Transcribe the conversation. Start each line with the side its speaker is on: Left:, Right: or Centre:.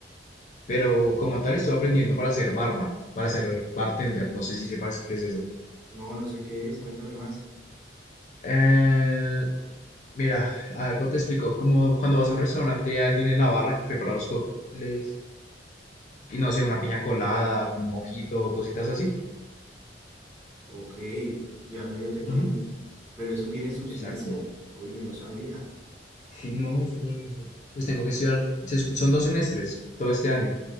Left: pero como tal estoy aprendiendo para ser barman, para ser bartender, no sé si sepas qué es eso.
Right: No, no sé qué es, cuéntame más.
Left: Eh, Mira, a ver, ¿cómo te explico? Como cuando vas a un restaurante, hay alguien en la barra que prepara los cócteles, y no sé, una piña colada, un mojito, cositas así.
Right: Ok, ya medio te entiendo.
Left: Ujú.
Right: ¿Pero eso tiene su ciencia?
Left: Exacto.
Right: Uy, yo no sabía.
Left: Sí, no, eso para eso. Pues tengo que estudiar, se sup- son dos semestres todo este año